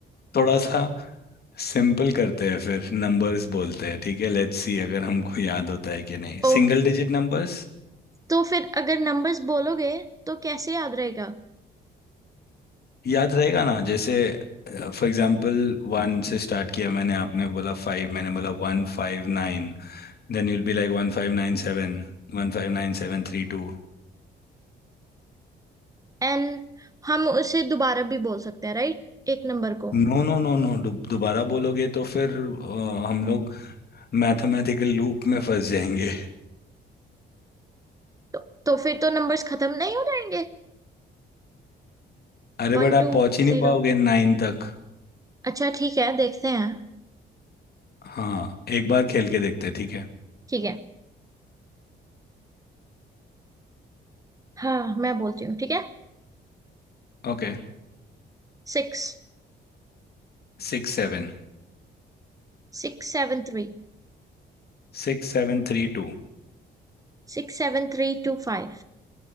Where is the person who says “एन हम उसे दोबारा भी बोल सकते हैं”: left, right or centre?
Right